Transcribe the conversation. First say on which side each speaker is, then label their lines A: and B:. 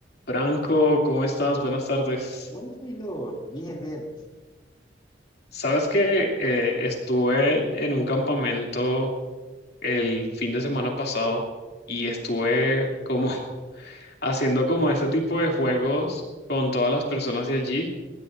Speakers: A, on the left; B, on the left.
A: Franco, ¿cómo estás? Buenas tardes.
B: Hola Taylor, bien, bien.
A: Sabes que eh, estuve en un campamento el fin de semana pasado y estuve como <laughs> haciendo como este tipo de juegos con todas las personas de allí